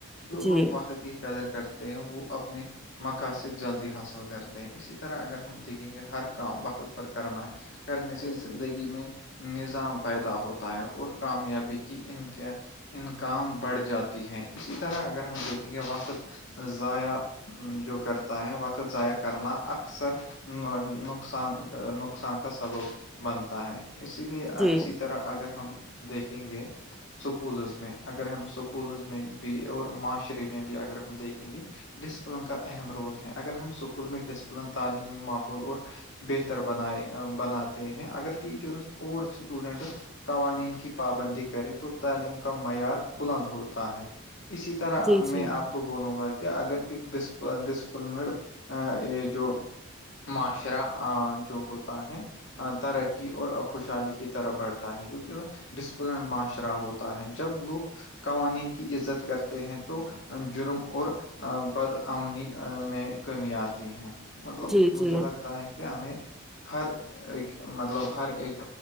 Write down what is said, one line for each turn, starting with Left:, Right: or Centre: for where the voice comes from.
Left: جو
Centre: جی
Left: لوگ وقت کی قدر کرتے وہ اپنے مقاصد جلدی حاصل کرتے ہیں اسی طرح اگر ہم دیکھیں گے ہر کام وقت پر کرنا کرنے سے زندگی میں نظام پیدا ہوتا ہے اور کامیابی کہ ان کے ان کاام بڑھ جاتی ہے اسی طرح اگر ہم دیکھیں گے وقت ضائع جو کرتا ہے وقت ضائع کرنا اکثر نقصان نقصان کا سبب بنتا ہے اسی لیے
Centre: جی
Left: اسی طرح اگر ہم دیکھیں گے سکولز میں اگر ہم سکولز میں بھی اور معاشرے میں بھی اگر ہم دیکھیں گے ڈسپلن کا اہم رول ہے اگر ہم اسکول میں ڈسپلن تعلیمی ماحول اور بہتر بنائے بناتے ہیں اگر ٹیچرس اور اسٹوڈنٹ قوانین کی پابندی کرے تو تعلیم کا معیار بلند ہوتا ہے اسی طرح
Centre: جی
Left: میں
Centre: جی
Left: آپ کو بولوں گا کہ اگر ایکپ ڈسپلنڈ جو معاشرہ جو ہوتا ہے تر کی اور ا خوشحالی کی طرح بڑھتا ہے جو کہ ڈسپلن معاشرہ ہوتا ہے جب لوگ قوانین کی عزت کرتے ہیں تو جرم اور بدآمنی میں کمی آتی ہے مطلب
Centre: جی جی
Left: مجھے لگتا ہے کہ ہمیں ہر ایک م مطلب ہر ایک